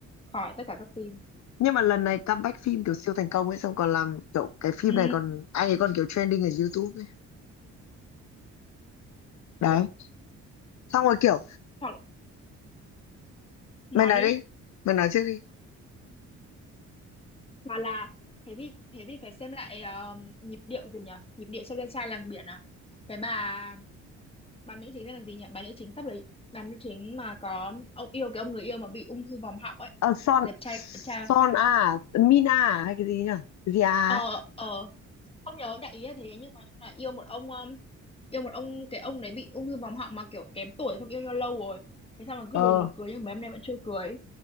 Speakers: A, on the left; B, on the left.
A: khỏi tất cả các phim
B: nhưng mà lần này comeback phim kiểu siêu thành công ấy xong còn làm kiểu cái phim
A: ừ
B: này còn anh ấy còn kiểu trending ở YouTube ấy đấy xong rồi kiểu
A: hoặc nói
B: mày nói
A: đi
B: đi mày nói trước đi
A: Hoặc là thế thì thế thì phải xem lại ờ, nhịp điệu gì nhỉ? Nhịp điệu cho chàng trai làng biển à? Cái bà bà nữ chính tên là gì nhỉ? Bà nữ chính sắp lấy bà nữ chính mà có ông yêu cái ông người yêu mà bị ung thư vòm họng ấy.
B: ờ son
A: Đẹp trai,
B: son
A: đẹp trai.
B: à mina à, hay cái gì nhỉ cái gì à
A: Ờ
B: ấy.
A: ờ không nhớ đại ý là thế nhưng mà nói chung là yêu một ông um, yêu một ông cái ông đấy bị ung thư vòm họng mà kiểu kém tuổi xong yêu nhau lâu rồi. Thế sao mà cứ
B: ờ
A: đồn là cưới nhưng mấy hôm nay vẫn chưa cưới.